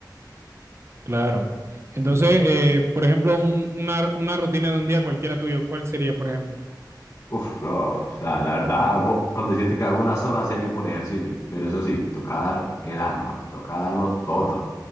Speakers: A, on the right (about 35°); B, on the left (about 35°).
A: claro. Entonces,
B: Entonces, básicamente,
A: eh, por ejemplo, un- una, una rutina de un día cualquiera tuyo, ¿cuál sería, por ejemplo?
B: uff, bro, o sea, la verdad, hago, con decirte que hago una sola serie por ejercicio, pero eso sí, tocar el alma, tocarlo todo.